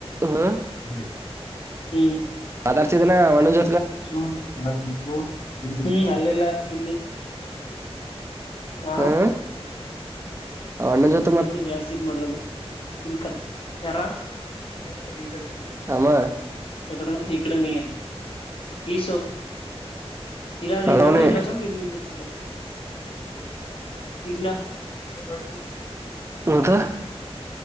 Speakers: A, on the right; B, on the left.
A: ಹ್ಮ್
B: ಬೆ ಹ್ಮ್
A: ಪದರ್ಥಿ ದಿನ ಒನುಜ
B: ಹ್ಮ ಅಲ್ಲೆಲ್ಲ ಇಲ್ಲಿ ಹಾ
A: ಹ್ಮ್ ಅಣ್ಣನ್ ಜೊತ್
B: ಇಲ್ಲಿ ಜಾಸ್ತಿ ಇದ್ ಮಾಡ್ರದು ಇಲ್ ಕರ್ ಯಾರ <unintelligible>
A: ಆಮ್ಮ
B: ಯಾ ಕಡೆ ಈ ಕಡೇನಿಯ ಈಸೋ ಇಲ್ಲಾದ್ರೆ ಹಿಂಗನ್ನ್
A: ಅವನೇ
B: ಇಲ್ಲೊಂದ್ ಸ್ವಲ್ಪ ಇದ್ ಹಿಂಗ್ ಹಚ್ಕಬೇಕ್ ಇಲ್ಲ <unintelligible>
A: ಮತ್ತ